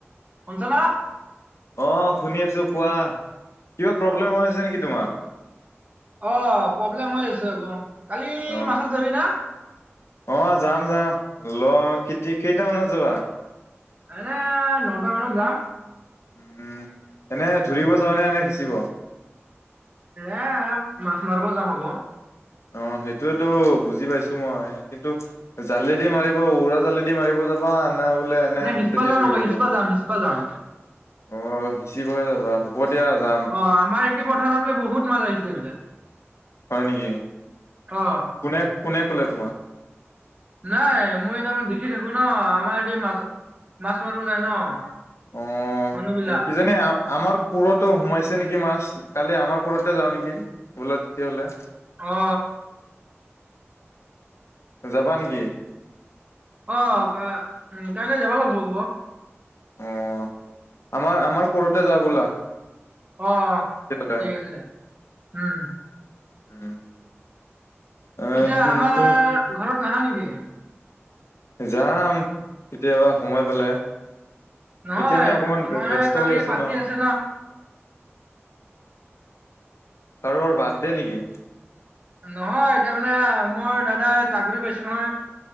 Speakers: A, on the right; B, on the left.
A: শুনিছ না?
B: অঁ, শুনি আছোঁ কোৱা কিবা প্ৰব্লেম হৈ আছে নেকি তোমাৰ?
A: অ, প্ৰব্লেম হৈ আছে আক। কালি
B: অ
A: মাছত যাবি না?
B: অ, যাম যাম। ল কেইটামানত যাবা?
A: এনে নটা মানত যাম।
B: উম, এনে ধৰিব যাওঁনে এনে সিঁচিব?
A: এ মাছ মাৰিব যাম আকৌ।
B: অ সেইটোৱেতো বুজি পাইছো মই কিন্তু জালি দি মাৰিব উৰা জালি দি মাৰিব যাবা না বোলে এনে
A: নাই
B: হাতেদি
A: সিচপা যাম
B: ধৰিব
A: আকৌ সিচপা
B: যাব।
A: যাম সিচপা যাম
B: অ সিঁচিবহে যাবা হ'ব দিয়া যাম।
A: অ আমাৰ এইটো পথাৰত বোলে বহুত মাছ আহিছে বোলে।
B: হয় নেকি?
A: অ
B: কোনে কোনে ক'লে তোমাক?
A: নাই মই তাৰ মানে দেখি থাকো ন আমাৰ এতিয়া মাছত মাছ মাৰিব যায় ন।
B: অ
A: মানুহ বিলাক
B: কিজানি আমাৰ পোৰতে সোমাইছে নেকি মাছ কালি আমাৰ পোৰতে যাওঁ নেকি বোলা তেতিয়াহ'লে।
A: অ।
B: যাবা নেকি?
A: অ কা-কাইলে যাব লাগিব।
B: অ, আমাৰ আমাৰ প'ৰতে যাওঁ ব'লা।
A: অ,
B: তেতিয়াহ'লে।
A: ঠিক আছে দে উম।
B: উম। অ',
A: পিছে আমাৰ
B: তো
A: ঘৰত নাহা নেকি?
B: যাম কেতিয়াবা সময় পালে।
A: নহয়
B: এতিয়া মানে অকমান
A: মানে
B: ব্যস্ত
A: কালি
B: হৈ আছো
A: পাতি
B: ন।
A: আছে
B: কাৰোবাৰ বাৰ্থডে নেকি?
A: নহয় এতিয়া মানে মই দাদাই চাকৰি পাইছে নহয়।